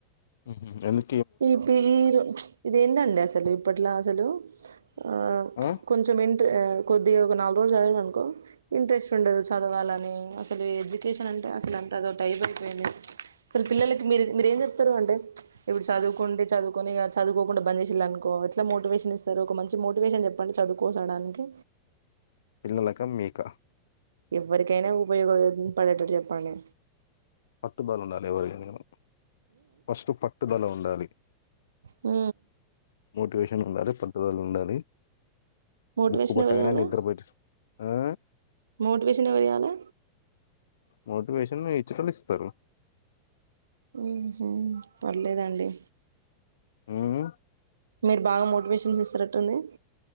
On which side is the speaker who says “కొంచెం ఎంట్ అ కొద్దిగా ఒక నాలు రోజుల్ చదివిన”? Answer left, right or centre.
Right